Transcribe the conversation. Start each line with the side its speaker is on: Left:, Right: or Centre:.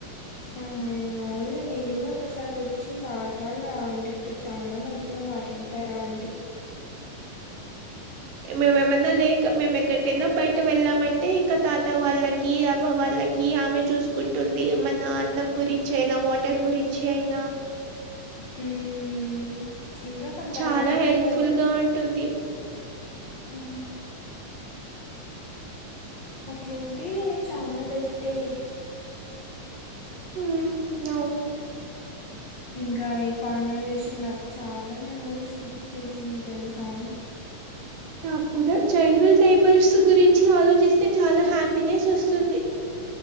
Left: ఆ అవులే నేను కూడా ఒకసారి వచ్చి మాట్లాడిన ఆంటితో చాలా మంచిగా మాట్లాడతారు అం టీ
Right: మేము ఏమన్నా లేక మేము ఎక్కడికైనా బయట వెళ్ళామంటే ఇంకా తాత వాళ్ళకి ఆ వ్వ వాళ్ళకి ఆమె చూసుకుంటుంది మన అన్నం గురించి అయినా వాటర్ గురించి అయినా
Left: ఉమ్ ఇంకా కొంతమంది
Right: చాలా
Left: ఉంటారు
Right: హెల్ప్ఫుల్ గా ఉంటుంది
Left: ఉ అట్లుంటే చనా బెస్ట్ లే
Right: ఉ అవును
Left: ఇంకా ఈ కాన్వర్సేషన్ నాకు చాలా మెమరీస్ గుర్తు చేసింది తెలుసా
Right: నా కూడా చైల్డ్హుడ్ డైబర్స్ గురించి ఆలోచిస్తే చాలా హ్యాపీనెస్ వస్తుంది